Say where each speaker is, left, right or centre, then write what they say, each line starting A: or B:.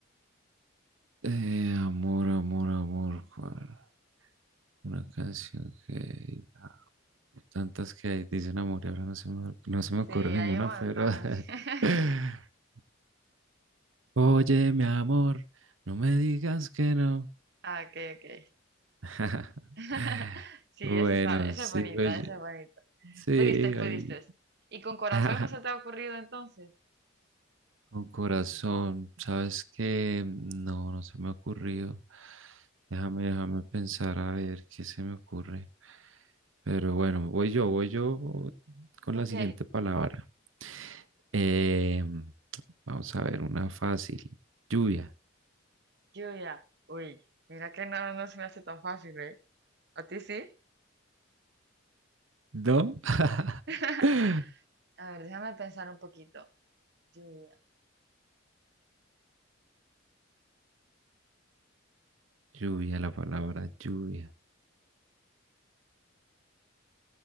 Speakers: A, on the right; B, on the right.
A: eh, amor, amor, amor. ¿cuál? Una canción que Tantas que hay, dicen amor, y ahora no se me, no se me ocurre
B: Sí, hay
A: ninguna,
B: un montón.
A: pero...
B: <laughs>
A: <laughs> Oye, mi amor, no me digas que no.
B: Ah, Ok, ok.
A: <laughs>
B: <laughs> Sí,
A: Bueno,
B: esa está, esa
A: sigo
B: es bonita,
A: yo.
B: esa es bonita.
A: Sí,
B: Pudiste, pudiste.
A: ahí.
B: ¿Y con corazón
A: <laughs>
B: no se te ha ocurrido entonces?
A: Con corazón, ¿sabes que No, no se me ha ocurrido. Déjame, déjame pensar a ver qué se me ocurre. Pero bueno, voy yo, voy yo con
B: Ok,
A: la siguiente palabra. Eh, vamos a ver una fácil. Lluvia.
B: Lluvia. Uy, mira que no, no se me hace tan fácil, ¿eh? ¿A ti sí?
A: ¿No?
B: <laughs>
A: <laughs>
B: A ver, déjame pensar un poquito. Lluvia,
A: Lluvia, la palabra lluvia.